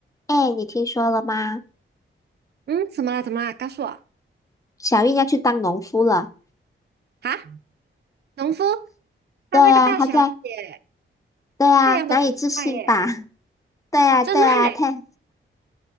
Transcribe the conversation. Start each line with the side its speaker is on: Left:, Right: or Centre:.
Left: 哎，你听说了吗？
Right: 嗯，怎么了？怎么了？告诉我
Left: 小玉要去当农夫了。
Right: 啊！农夫他那个大小姐，
Left: 对呀，她在。对呀，
Right: 太阳都不晒耶，
Left: 难以置信吧？<laughs> 对呀，
Right: 真的
Left: 对呀，
Right: <laughs>
Left: 她，
Right: 耶！